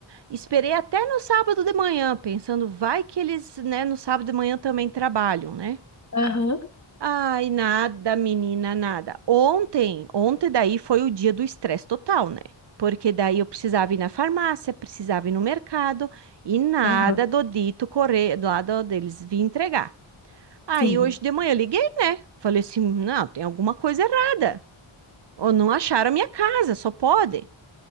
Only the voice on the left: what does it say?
Aham,
aham,
sim,